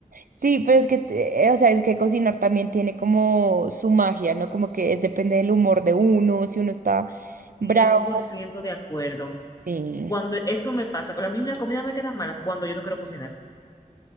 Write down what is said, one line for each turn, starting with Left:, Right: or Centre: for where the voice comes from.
Right: Sí, pero es que, te- o sea, es que cocinar también tiene como su magia, ¿no? Como que es, depende del humor de uno, si uno está bravo.
Left: cien por ciento de acuerdo.
Right: Sí.
Left: Cuando eso me pasa, con la misma comida me queda mala cuando yo no quiero cocinar.